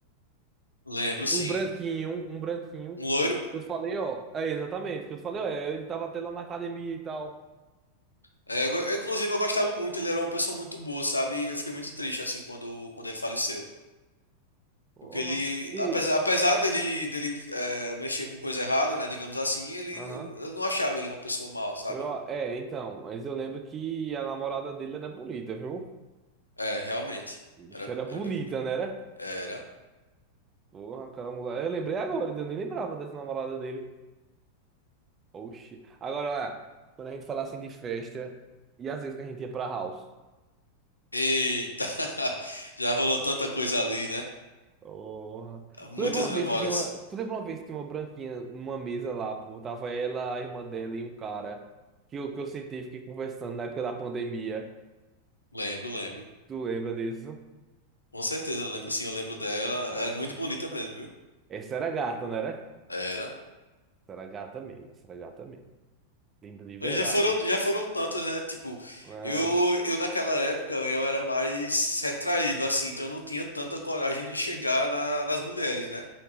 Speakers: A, on the left (about 80°); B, on the right (about 25°).
A: Lembro, sim.
B: Um branquinho, um branquinho.
A: Um loiro.
B: Que eu te falei, ó. É, exatamente. Que eu te falei, ó. é, Ele tava até lá na academia e tal.
A: É, eu go- eu, inclusive, eu gostava muito, ele era uma pessoa muito boa, sabe? Eu fiquei muito triste, assim, quando, quando ele faleceu.
B: Porra.
A: Porque ele,
B: E
A: apesar, apesar dele, dele é, mexer com coisa errada, né, digamos assim, ele,
B: Aham.
A: eu não achava ele uma pessoa mal, sabe?
B: Eu- é, então, mas eu lembro que a namorada dele era bonita, viu?
A: É, realmente.
B: Bicho,
A: Era,
B: Era bonita,
A: era bem. mu-
B: né? Era?
A: Era.
B: Porra, aquela mulher. Eu lembrei agora, eu nem lembrava dessa namorada dele. Oxi. Agora, olha, quando a gente fala assim de festa, e às vezes que a gente ia pra house.
A: Eita! <laughs> Já rolou tanta coisa ali, né?
B: Porra.
A: Muitas
B: Tu lembra uma
A: memórias.
B: vez que tinha uma. Tu lembra uma vez que tinha uma branquinha numa mesa lá, pô? Tava ela, a irmã dela e um cara que eu, que eu sentei e fiquei conversando na época da pandemia.
A: Lembro, lembro.
B: Tu lembra disso?
A: Com certeza, eu lembro sim, eu lembro dela.
B: Eita, cara.
A: Era muito bonita mesmo, viu?
B: Essa era gata, né?
A: Era.
B: Era gata mesmo, essa era gata mesmo. Linda de verdade.
A: Já foram, já foram tantas, né? Tipo,
B: É,
A: eu, eu naquela época eu era mais retraído, assim, então eu não tinha tanta coragem de chegar na- nas mulheres, né?